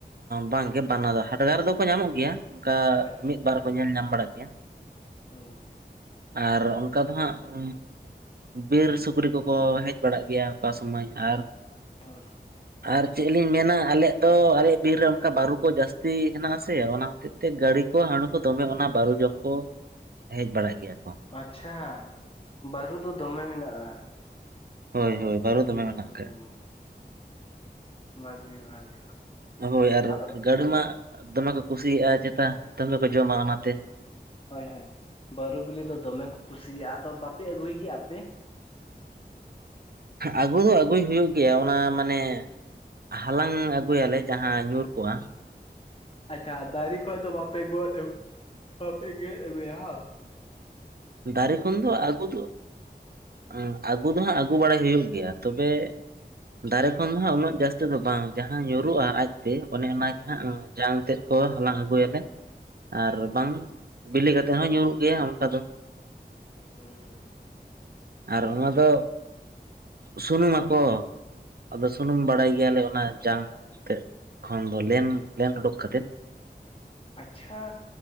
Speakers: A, on the right; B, on the left.
A: ᱵᱟᱝ ᱜᱮ ᱵᱟᱱᱟ ᱫᱚ ᱦᱟᱰᱜᱟᱨ ᱫᱚᱠᱚ ᱧᱟᱢᱚᱜ ᱜᱮᱭᱟ ᱚᱱᱠᱟ
B: ᱦᱳᱭ
A: ᱢᱤᱫ, ᱵᱟᱨ ᱠᱚ ᱧᱮᱞ ᱧᱟᱢ ᱵᱟᱲᱟᱜ ᱜᱮᱭᱟ ᱾
B: ᱦᱩᱸ
A: ᱟᱨ ᱚᱱᱠᱟ ᱫᱚ ᱦᱟᱸᱜ, ᱵᱤᱨ ᱥᱩᱠᱨᱤ ᱠᱚᱠᱚ ᱦᱮᱡ ᱵᱟᱲᱟᱜ ᱜᱮᱭᱟ ᱚᱠᱟ ᱥᱚᱢᱚᱭ ᱟᱨ,
B: ᱦᱳᱭ
A: ᱟᱨ ᱪᱮᱫ ᱞᱤᱧ ᱢᱮᱱᱟ ᱟᱞᱮᱭᱟᱜ ᱫᱚ, ᱟᱞᱮᱭᱟᱜ ᱵᱤᱨ ᱨᱮ ᱚᱱᱠᱟ ᱵᱟᱹᱨᱩ ᱠᱚ ᱡᱟᱹᱥᱛᱤ ᱦᱮᱱᱟᱜᱼᱟ ᱥᱮ, ᱚᱱᱟ ᱦᱚᱛᱮᱡ ᱮᱱᱛᱮ ᱜᱟᱹᱲᱤ ᱠᱚ, ᱦᱟᱬᱩ ᱠᱚ ᱫᱚᱢᱮ ᱚᱱᱟ ᱵᱟᱨᱩ ᱡᱚᱢ ᱠᱚ ᱦᱮᱡ ᱵᱟᱲᱟᱜ ᱜᱮᱭᱟ ᱠᱚ᱾
B: ᱟᱪᱪᱷᱟ ᱵᱟᱹᱨᱩ ᱫᱚ ᱫᱚᱢᱮ ᱢᱮᱱᱟᱜᱼᱟ᱾
A: ᱦᱳᱭ, ᱦᱳᱭ ᱵᱟᱨᱩ ᱫᱚᱢᱮ
B: ᱦᱩᱸ
A: ᱢᱮᱱᱟᱜ ᱟᱠᱟᱜᱫᱼᱟ᱾
B: ᱵᱷᱟᱜᱮ ᱵᱷᱟᱜᱮ
A: ᱦᱳᱭ, ᱟᱨ
B: ᱟᱫᱚ
A: ᱜᱟᱹᱲᱤ ᱢᱟ ᱫᱚᱢᱮ ᱠᱚ ᱠᱩᱥᱤᱭᱟᱜᱼᱟ᱾ ᱡᱮᱼᱛᱟ ᱫᱚᱢᱮ ᱠᱚ ᱡᱚᱢᱟ ᱚᱱᱟᱛᱮ᱾
B: ᱦᱳᱭ ᱦᱳᱭ, ᱵᱟᱹᱨᱩ ᱵᱤᱞᱤ ᱫᱚ ᱫᱚᱢᱮ ᱠᱚ ᱠᱩᱥᱤᱭᱟᱜᱼᱟ, ᱟᱫᱚ ᱵᱟᱯᱮ ᱟᱹᱜᱩᱭ ᱜᱮᱭᱟ ᱟᱯᱮ?
A: ᱟᱹᱜᱩ ᱫᱚ ᱟᱹᱜᱩᱭ ᱦᱩᱭᱩᱜ ᱜᱮᱭᱟ, ᱚᱱᱟ ᱢᱟᱱᱮ ᱦᱟᱞᱟᱝ ᱟᱹᱜᱩᱭᱟᱞᱮ ᱡᱟᱦᱟᱸ ᱧᱩᱨ ᱠᱚᱜᱼᱟ᱾
B: ᱟᱪᱪᱷᱟ ᱫᱟᱨᱮ ᱠᱷᱚᱡ ᱫᱚ ᱵᱟᱯᱮ ᱜᱚᱫ ᱟᱜᱩᱭ, ᱵᱟᱯᱮ ᱜᱮᱫ ᱟᱹᱜᱩᱭᱟ ᱦᱟᱝ?
A: ᱫᱟᱨᱮ ᱠᱷᱚᱱ ᱫᱚ ᱟᱹᱜᱩ ᱫᱚ, ᱟᱸ ᱟᱹᱜᱩ ᱫᱚ ᱦᱟᱸᱜ ᱟᱹᱜᱩ ᱵᱟᱲᱟᱭ ᱦᱩᱭᱩᱜ ᱜᱮᱭᱟ᱾ ᱛᱚᱵᱮ ᱫᱟᱨᱮ ᱠᱷᱚᱱ ᱫᱚ ᱦᱟᱸᱜ ᱩᱱᱟᱹᱜ ᱡᱟᱹᱥᱛᱤ ᱫᱚ ᱵᱟᱝ, ᱡᱟᱦᱟᱸ ᱧᱩᱨᱩᱜᱼᱟ ᱟᱡ ᱛᱮ ᱚᱱᱮ ᱚᱱᱟᱜᱮ
B: ᱦᱩᱸ
A: ᱦᱟᱸᱜ ᱡᱟᱝ ᱛᱮᱫ ᱠᱚ ᱦᱟᱞᱟᱝ ᱟᱹᱜᱩᱭᱟᱞᱮ᱾ ᱟᱨ ᱵᱟᱝ, ᱵᱤᱞᱤ ᱠᱟᱛᱮ ᱦᱚᱸ ᱧᱩᱨᱩᱜ ᱜᱮᱭᱟ ᱚᱱᱠᱟ ᱫᱚ᱾
B: ᱦᱮᱸ ᱦᱩᱸ᱾
A: ᱟᱨ ᱚᱱᱟ ᱫᱚ ᱥᱩᱱᱩᱢ ᱟᱠᱚ᱾ ᱟᱫᱚ ᱥᱩᱱᱩᱢ ᱵᱟᱲᱟᱭ ᱜᱮᱭᱟᱞᱮ ᱚᱱᱟ ᱡᱟᱝ ᱛᱮᱫ ᱠᱷᱚᱱ ᱫᱚ, ᱞᱮᱱ ᱞᱮᱱ ᱩᱰᱩᱠ ᱠᱟᱛᱮᱜ᱾
B: ᱟᱪᱪᱷᱟ᱾